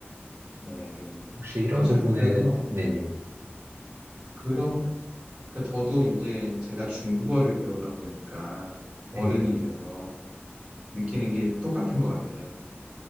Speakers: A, on the right (about 20°); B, on the right (about 70°).
A: 네, 네.
B: 혹시 이런
A: 맞아요.
B: 부분에,
A: 그래서,
B: 대- 네네,
A: 그러, 그러니까 저도 이제 제가 중국어를 배우다 보니까 어른이
B: 네네,
A: 돼서 느끼는 게 똑같은 것 같아요.